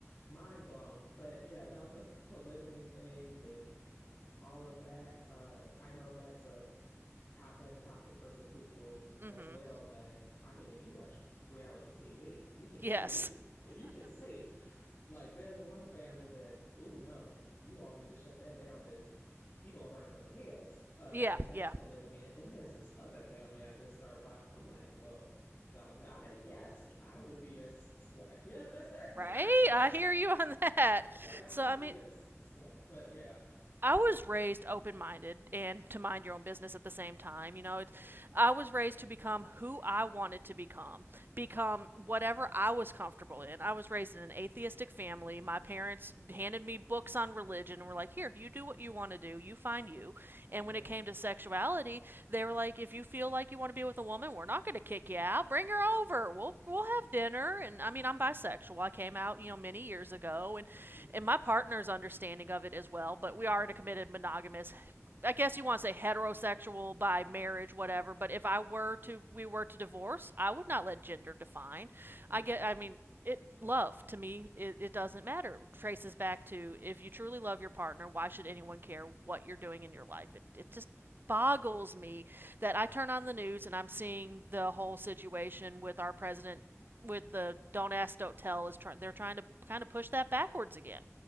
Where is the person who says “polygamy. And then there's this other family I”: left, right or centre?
Left